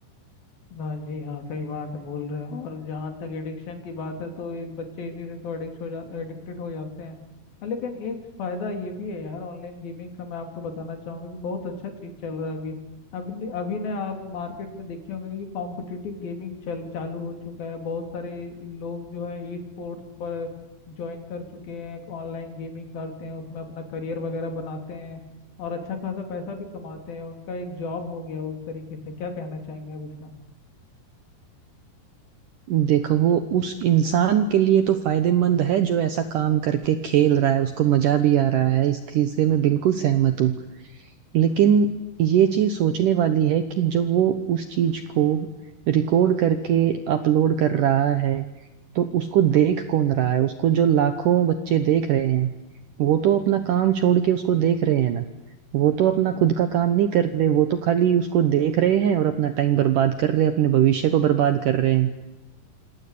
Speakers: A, on the left (about 60°); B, on the right (about 70°).
A: हाँ जी हाँ सही बात है, बोल रहे हो और जहाँ तक एडिक्शन की बात है तो ये बच्चे इसी से तो एडिक्ट हो जा एडिक्टेड हो जाते हैं हाँ, लेकिन एक फायदा ये भी है यार ऑनलाइन गेमिंग का मैं आपको बताना चाहूंगा कि बहुत अच्छा चीज चल रहा है अभी अभी अभी ने आप मार्केट में देखे होंगे कि कॉम्पिटिटिव गेमिंग चल चालू हो चुका है बहुत सारे लोग जो है ई स्पोर्ट्स पर ज्वाइन कर चुके हैं ऑनलाइन गेमिंग करते हैं उसमें अपना करियर वगैरह बनाते हैं और अच्छा खासा पैसा भी कमाते हैं उनका एक जॉब हो गया उस तरीके से क्या कहना चाहेंगे आप इसमें
B: देखो वो उस इंसान के लिए तो फायदेमंद है जो ऐसा काम करके खेल रहा है उसको मजा भी आ रहा है इस चीज से मैं बिल्कुल सहमत हूँ लेकिन ये चीज सोचने वाली है कि जब वो उस चीज को रिकॉर्ड करके अपलोड कर रहा है तो उसको देख कौन रहा है उसको जो लाखों बच्चे देख रहे हैं वो तो अपना काम छोड़ के उसको देख रहे हैं ना वो तो अपना खुद का काम नहीं कर रहे वो तो खाली उसको देख रहे हैं और अपना टाइम बर्बाद कर रहे हैं अपने भविष्य को बर्बाद कर रहे हैं